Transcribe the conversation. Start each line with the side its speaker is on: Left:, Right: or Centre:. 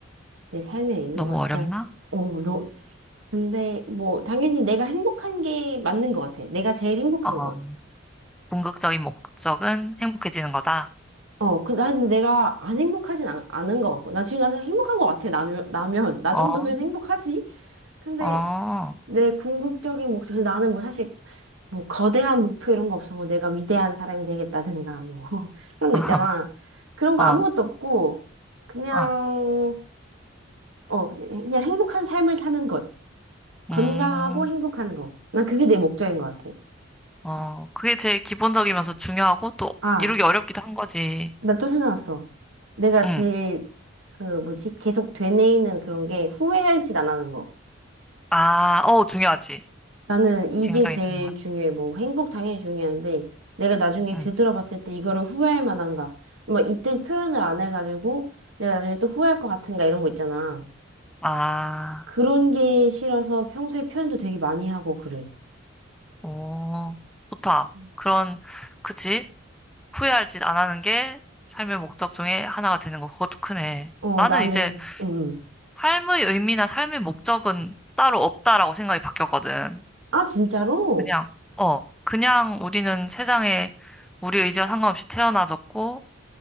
Right: 내 삶의 의미?
Centre: 너무
Right: 와, 진짜,
Centre: 어렵나?
Right: 어, 너, 근데, 뭐, 당연히 내가 행복한 게 맞는 것 같아. 내가 제일 행복한
Centre: 어.
Right: 거.
Centre: 궁극적인 목적은 행복해지는 거다.
Right: 어, 그, 난 내가 안 행복하진 않, 않은 것 같고. 나 지금 나는 행복한 것 같아. 나면, 나면. 나
Centre: 어,
Right: 정도면 행복하지? 근데
Centre: 어,
Right: 내 궁극적인 목표, 나는 뭐 사실, 뭐, 거대한 목표 이런 거 없어. 뭐, 내가 위대한 사람이 되겠다든가, 뭐, <laughs> 그런
Centre: <laughs>
Right: 거 있잖아. 그런 거
Centre: 어,
Right: 아무것도
Centre: 어,
Right: 없고, 그냥,
Centre: 어,
Right: 어, 그냥 행복한 삶을 사는 것. 건강하고
Centre: 음,
Right: 행복한 거. 난 그게 내 목적인 것 같아.
Centre: 어, 그게 제일 기본적이면서 중요하고 또
Right: 아,
Centre: 이루기 어렵기도 한 거지.
Right: 나 또 생각났어. 내가
Centre: 응.
Right: 제일, 그, 뭐지, 계속 되뇌이는 그런 게 후회할지 안 하는 거.
Centre: 아, 어, 중요하지.
Right: 나는 이게
Centre: 굉장히
Right: 제일
Centre: 중요하지.
Right: 중요해. 뭐, 행복 당연히 중요한데, 내가 나중에
Centre: 응.
Right: 되돌아봤을 때 이거를 후회할 만한가. 뭐, 이때 표현을 안 해가지고, 내가 나중에 또 후회할 것 같은가, 이런 거 있잖아.
Centre: 아,
Right: 그런 게 싫어서 평소에 표현도 되게 많이 하고 그래.
Centre: 오, 좋다.
Right: 음.
Centre: 그런, 그치? 후회할 짓 안 하는 게 삶의 목적 중에 하나가 되는 거. 그것도 크네.
Right: 어,
Centre: 나는
Right: 나는,
Centre: 이제
Right: 응, 응.
Centre: 삶의 의미나 삶의 목적은 따로 없다라고 생각이 바뀌었거든.
Right: 아, 진짜로?
Centre: 그냥, 어, 그냥 우리는 세상에 우리 의지와 상관없이 태어나졌고,